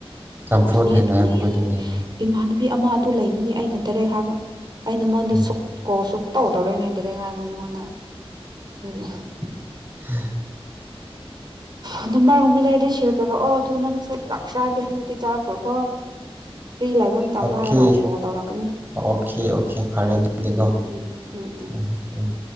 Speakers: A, on the right; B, on the right.
A: ꯆꯝꯐꯨꯠ
B: ꯑꯗꯨꯅꯤ
A: ꯍꯥꯏꯅ
B: ꯑꯗꯨꯅꯤ
A: ꯍꯥꯏꯕꯈꯣꯏꯗꯨꯅꯦꯅ
B: ꯏꯃꯥꯟꯅꯕꯤ ꯑꯃ ꯑꯗꯨ ꯂꯩꯕꯅꯤ ꯑꯩꯅ ꯗꯥꯔꯦꯛ ꯍꯥꯏꯕ ꯑꯩ ꯅꯉꯣꯟꯗ
A: ꯎꯝ
B: ꯀꯣꯜ ꯁꯨꯛꯇꯧ ꯇꯧꯔꯣꯏ ꯅꯪꯗꯔꯦ ꯍꯥꯏꯕꯅꯦ ꯃꯉꯣꯟꯗ ꯑꯗꯨꯅꯤ
A: <unintelligible>
B: ꯑꯗꯨꯝꯃꯔꯒꯨꯝꯕ ꯂꯩꯔꯗꯤ ꯁꯤꯌꯔ ꯇꯧꯔꯛꯑꯣ ꯑꯗꯣ ꯅꯪꯁꯨ ꯆꯥꯛ ꯆꯥꯒꯦ ꯍꯥꯏꯔꯗꯤ ꯅꯪꯗꯤ ꯆꯥꯈ꯭ꯔꯣꯀꯣ ꯐ꯭ꯔꯤ ꯂꯩꯕ ꯃꯇꯝꯗꯣ
A: ꯑꯣꯀꯦ
B: ꯍꯥꯏꯔꯛꯑꯣ ꯀꯣꯜ ꯇꯧꯔꯛꯀꯅꯤ
A: ꯑꯣꯀꯦ ꯑꯣꯀꯦ ꯐꯔꯦ ꯑꯗꯨꯗꯤꯀꯣ
B: ꯎꯝ ꯎꯝ ꯎꯝ ꯎꯝ
A: ꯍꯣꯏ ꯍꯣꯏ
B: ꯊꯝꯃꯦ
A: ꯎꯝ